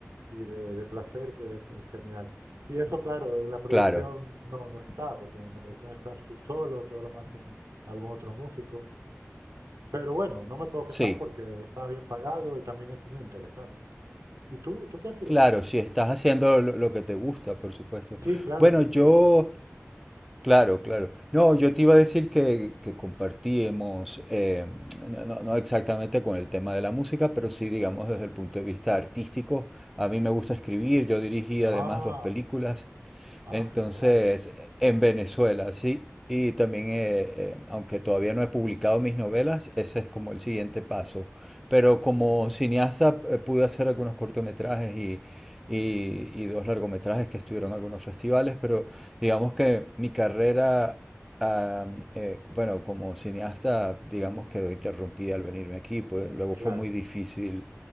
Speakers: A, on the right; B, in the centre.
A: y de, de placer que es, es genial. Y eso, claro, en la producción
B: claro,
A: no, no está, porque en la producción estás tú solo, todo lo más con algún otro músico. Pero bueno, no me puedo quejar
B: sí,
A: porque estaba bien pagado y también es muy interesante. ¿Y tú, tú qué hacías?
B: claro, si estás haciendo lo, lo que te gusta, por supuesto.
A: Sí, claro,
B: Bueno,
A: sí,
B: yo
A: sí.
B: Claro, claro. No, yo te iba a decir que, que compartíamos, eh, no, no- no exactamente con el tema de la música, pero sí, digamos, desde el punto de vista artístico. A mí me gusta escribir, yo dirigí
A: Ah,
B: además dos películas
A: ah,
B: entonces,
A: genial.
B: en Venezuela, sí. Y también, eh, eh, aunque todavía no he publicado mis novelas, ese es como el siguiente paso. Pero
A: Guau.
B: como cineasta eh, pude hacer algunos cortometrajes y, y- y dos largometrajes que estuvieron en algunos festivales, pero digamos que mi carrera, am, eh, bueno, como cineasta, digamos quedó interrumpida al venirme aquí, pues luego
A: Claro,
B: fue muy difícil